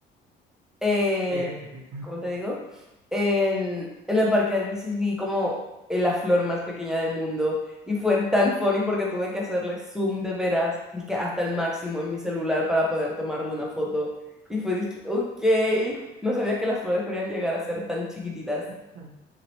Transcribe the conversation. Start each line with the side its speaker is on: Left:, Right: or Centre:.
Centre: eh,
Right: sigue, sigue.
Centre: ¿cómo te digo? En, en el parque de bicis vi como en la flor más pequeña del mundo y fue tan funny porque tuve que hacerle zoom de veras, dizque hasta el máximo en mi celular para poder tomarle una foto. Y fue, dizque, ok, no sabía que las flores podían llegar a ser tan chiquititas.
Right: <laughs>